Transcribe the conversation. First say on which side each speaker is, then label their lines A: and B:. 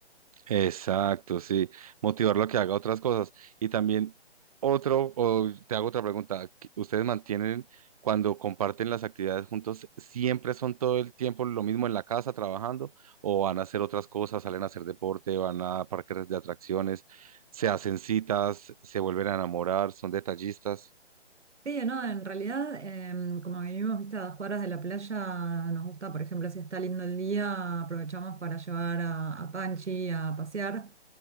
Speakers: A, on the right; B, on the right.
A: Exacto, sí. Motivarlo a que haga otras cosas. Y también otro, o te hago otra pregunta. ¿qué- ¿Ustedes mantienen cuando comparten las actividades juntos, siempre son todo el tiempo lo mismo en la casa trabajando o van a hacer otras cosas, salen a hacer deporte, van a parques de atracciones, se hacen citas, se vuelven a enamorar, son detallistas?
B: Sí, no, en realidad, em, como vivimos, viste, a dos cuadras de la playa, nos gusta, por ejemplo, si está lindo el día, aprovechamos para llevar a, a Panchi a pasear,